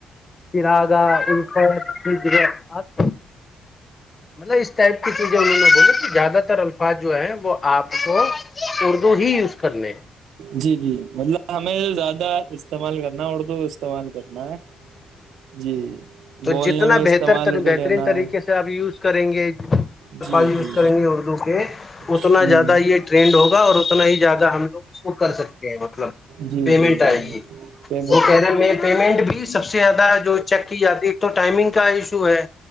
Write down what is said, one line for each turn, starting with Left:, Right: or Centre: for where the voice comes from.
Left: پراگا ا <unintelligible> مطلب اس ٹائپ کی چیزیں انہوں نے بولا کہ زیادہ تر الفاظ جو ہیں وہ آپ کو اردو ہی یوز کرنے
Right: جی جی مطلب ہمیں زیادہ استعمال کرنا اردو استعمال کرنا ہے جی
Left: تو
Right: بولنے
Left: جتنا
Right: میں
Left: بہتر
Right: استعمال اردو
Left: بہترین
Right: لینا
Left: طریقے
Right: ہے
Left: سے آپ یوز کریں گے الفاظ
Right: جی
Left: یوز
Right: جی
Left: کریں گے اردو کے اتنا
Right: جی
Left: زیادہ
Right: ہ
Left: یہ ٹرینڈ ہوگا اور اتنا ہی زیادہ ہم لوگ اس کو کر سکتے ج <unintelligible> مطلب
Right: جی
Left: پیمنٹ
Right: جی جی
Left: آئے
Right: جی
Left: گ
Right: پیمنٹ
Left: وہ کہہ رہے ہیں م پیمنٹ بھی <unintelligible> سب سے زیادہ جو چیک کی جاتی ہے ایک تو ٹائمنگ کا ایشو ہے